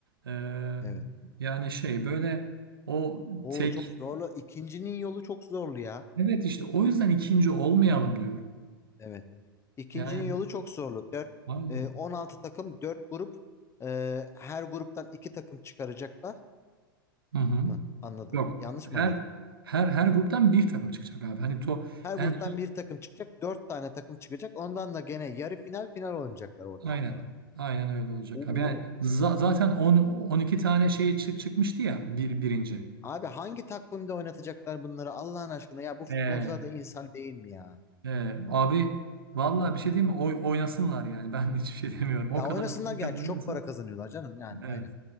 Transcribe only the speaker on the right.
eee,
yani şey böyle o
tek
evet işte o yüzden ikinci olmayalım diyorum.
Yani
aynen.
Hı hı.
Yok.
Her
her her gruptan bir takım çıkacak abi. Hani to
en
son
aynen.
Aynen öyle olacak
abi. Yani za- zaten 10 12 tane şey çık çıkmıştı ya bir birinci.
Ee,
Ee, abi vallahi bir şey diyeyim mi? Oy, oynasınlar yani. Ben <laughs> hiçbir şey demiyorum. O
kadar
para
kazanıyorsa.
Evet.